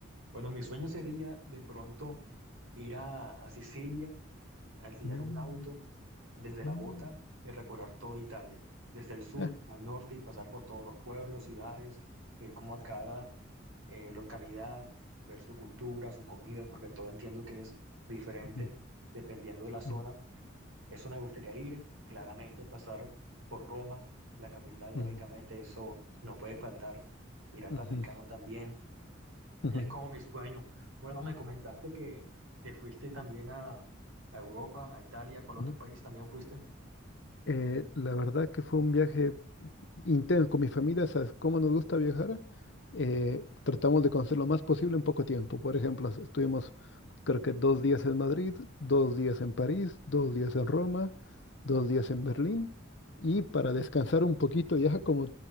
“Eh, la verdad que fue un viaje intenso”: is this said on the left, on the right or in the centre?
Left